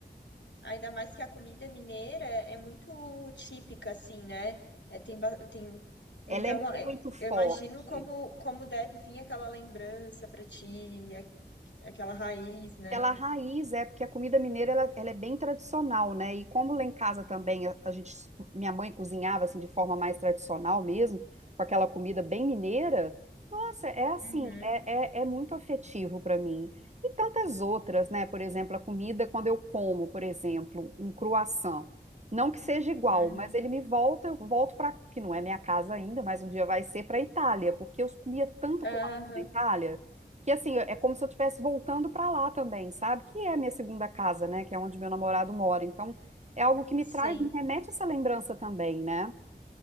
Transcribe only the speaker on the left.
ainda mais que a comida mineira é muito típica, assim, né? É, tem, ba- tem...
Então,
é,
eu imagino como, como deve vir aquela lembrança pra ti, a- aquela raiz, né?
Uhum,
uhum.
Aham.
Sim,